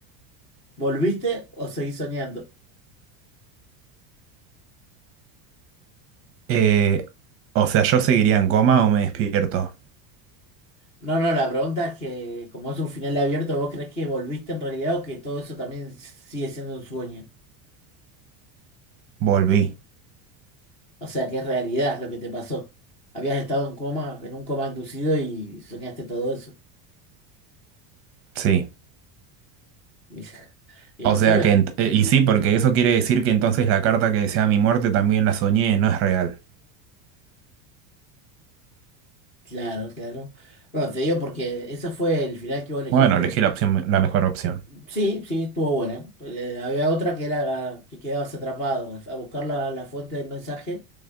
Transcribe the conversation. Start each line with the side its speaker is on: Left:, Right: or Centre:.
Left: ¿Volviste o seguís soñando?
Right: Eh, o sea, ¿yo seguiría en coma o me despierto?
Left: No, no, la pregunta es que como es un final abierto, ¿vos crees que volviste en realidad o que todo eso también sigue siendo un sueño?
Right: Volví.
Left: O sea, que es realidad lo que te pasó. Habías estado en coma, en un coma inducido y soñaste todo eso.
Right: Sí.
Left: Bien, <laughs> bien,
Right: O
Left: eso
Right: sea
Left: me-
Right: que, ent- eh, y sí, porque eso quiere decir que entonces la carta que desea mi muerte también la soñé, no es real.
Left: Claro, claro. Bueno, te digo porque ese fue el final que vos elegiste.
Right: Bueno, elegí la opción, la mejor opción.
Left: Sí, sí, estuvo buena. Eh, había otra que era que quedabas atrapado. A buscar la, la fuente del mensaje